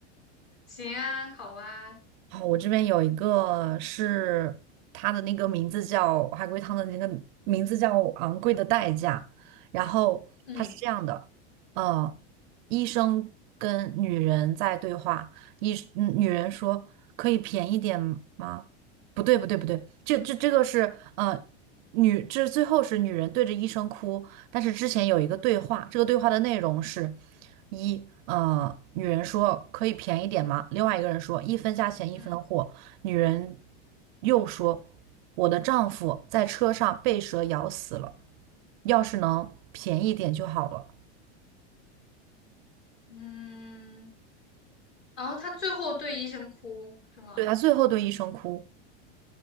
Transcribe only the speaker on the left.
行啊，好啊，
嗯，
嗯
嗯，然后他最后对医生哭是吗？